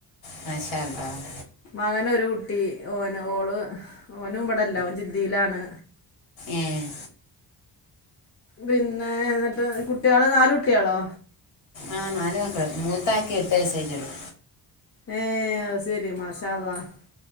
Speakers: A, on the left; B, on the left.
A: മാഷാ അല്ലാഹ്
B: മകന് ഒരു കുട്ടി ഓന് ഓള് ഓനും ഇവിടല്ല ഓൻ ജിദ്ദയിലാണ്
A: ഏഹ്
B: പിന്നെ എന്നിട്ട് കുട്ടികള് നാല് കുട്ടികളോ
A: ആഹ് നാല് മക്കള് മൂത്താക്ക് എട്ടുവയസ്സ് ആയിട്ടുള്ളു
B: ഏഹ് ശരി മാഷാ അല്ലാഹ്